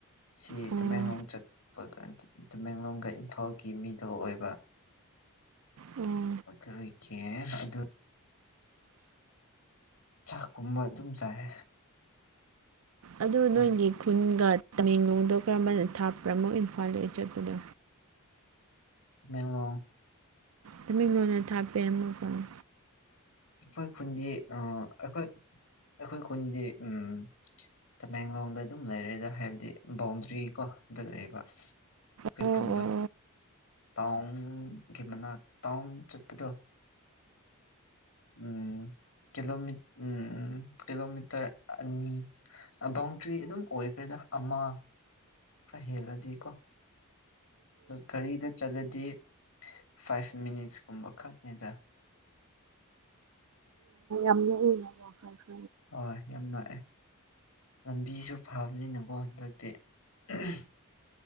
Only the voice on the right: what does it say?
ꯑꯣ
ꯑꯣ
ꯑꯗꯨ
ꯅꯣꯏꯒꯤ ꯈꯨꯟꯒ ꯇꯃꯦꯡꯂꯣꯡꯗ ꯀꯔꯝꯕ ꯊꯥꯄ꯭ꯔꯥꯃꯨꯛ ꯏꯝꯐꯥꯜꯗꯒꯤ ꯆꯠꯄꯅꯣ
ꯇꯃꯤꯡꯣꯟ ꯑꯣꯏꯅ ꯊꯥꯞꯄꯦ ꯑꯃꯨꯛ ꯀꯩꯅꯣ
ꯑꯣ
ꯑꯣ ꯑꯣ
ꯑ ꯋꯥ ꯐꯔ